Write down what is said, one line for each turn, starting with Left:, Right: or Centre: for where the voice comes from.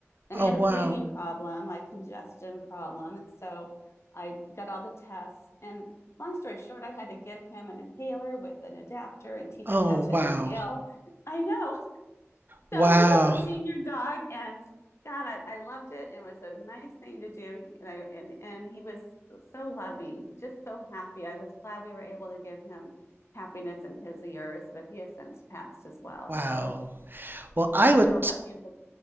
Left: And
Right: oh
Left: he had
Right: wow
Left: a breathing problem, like congestion problem. And so I got all the tests. And long story short, I had to get him an inhaler with an adapter and teach
Right: Oh,
Left: him how to
Right: wow.
Left: inhale. I know. <laughs>
Right: Wow.
Left: So he was a senior dog and God, I, I loved it it was a nice thing to do. And I and, and he was so loving, just so happy. I was glad we were able to give him happiness in his years, but he has since passed as well.
Right: Wow.
Left: So
Right: Well, I
Left: I don't
Right: would
Left: know about you, but